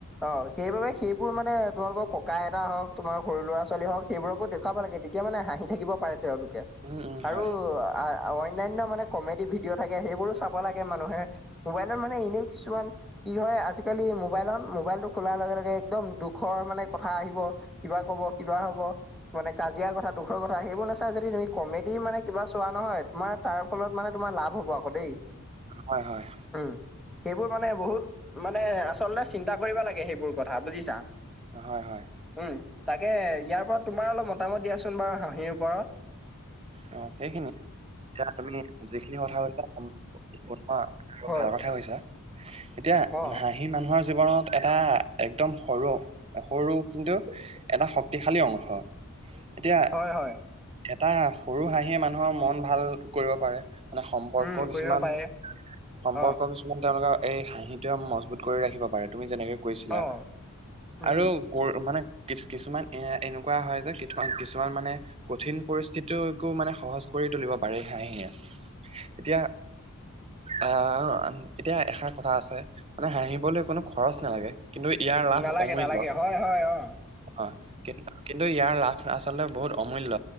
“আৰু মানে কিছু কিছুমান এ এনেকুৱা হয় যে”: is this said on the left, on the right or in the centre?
Right